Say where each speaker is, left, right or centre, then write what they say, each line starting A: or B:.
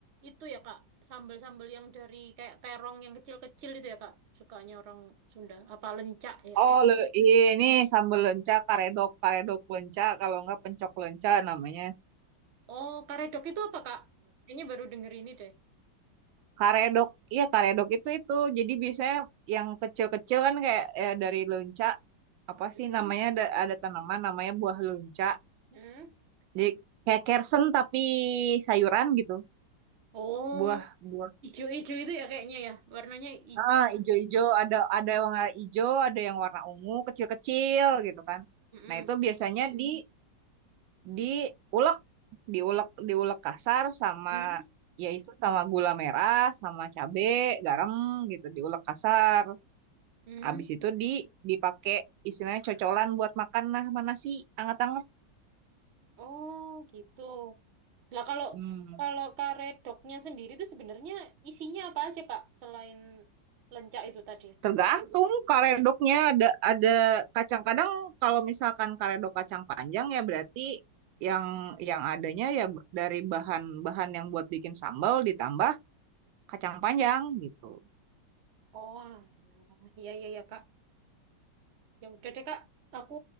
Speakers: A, on the right; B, on the right.
A: itu ya, Kak, sambal-sambal yang dari kayak terong yang kecil-kecil itu ya, Kak, sukanya orang Sunda. Apa lencak ya?
B: Oh,
A: Eh.
B: le, ini sambal lenca, karedok, karedok lenca, kalau nggak pencok lenca namanya.
A: Oh, karedok itu apa, Kak? Kayaknya baru denger ini deh.
B: Karedok, iya karedok itu itu. Jadi biasanya yang kecil-kecil kan kayak ya, dari lunca, apa
A: hmm
B: sih namanya ada, ada tanaman namanya buah lunca.
A: mm.
B: Jadi kayak kersen tapi sayuran gitu.
A: Oh,
B: Buah buah
A: ijo-ijo itu ya kayaknya ya. Warnanya hijau.
B: ah ijo-ijo ada ada yang warna ijo, ada yang warna ungu kecil-kecil gitu kan.
A: Mm-mm.
B: Nah, itu biasanya di diulek diulek diulek kasar sama
A: Hmm.
B: ya itu sama gula merah, sama cabe, garam gitu diulek kasar.
A: Hmm.
B: Abis itu di dipakai istilahnya cocolan buat makan nah mana sih anget-anget.
A: Oh, gitu. Nah, kalau
B: Hmm.
A: kalau karedoknya sendiri itu sebenarnya isinya apa aja, Kak? Selain lencak itu tadi.
B: Tergantung karedoknya ada ada kacang kadang kalau misalkan karedok kacang panjang ya berarti yang yang adanya ya b- dari bahan-bahan yang buat bikin sambal ditambah kacang panjang gitu.
A: Oh, alah. iya iya ya, Kak. Ya udah deh, Kak. Aku